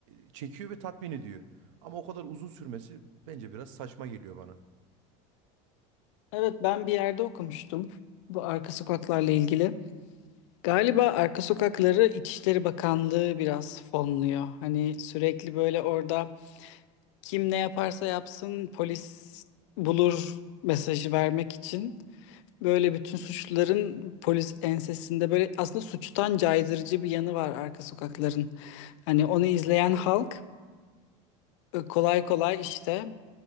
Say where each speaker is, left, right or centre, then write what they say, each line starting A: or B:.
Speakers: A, on the right; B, on the left.
A: e, çekiyor ve tatmin ediyor. Ama o kadar uzun sürmesi bence biraz saçma geliyor bana.
B: Evet ben bir yerde okumuştum bu arka sokaklarla ilgili. Galiba arka sokakları İçişleri Bakanlığı biraz fonluyor. Hani sürekli böyle orada kim ne yaparsa yapsın polis bulur mesajı vermek için. Böyle bütün suçluların polis ensesinde böyle aslında suçtan caydırıcı bir yanı var arka sokakların. Hani onu izleyen halk e, kolay kolay işte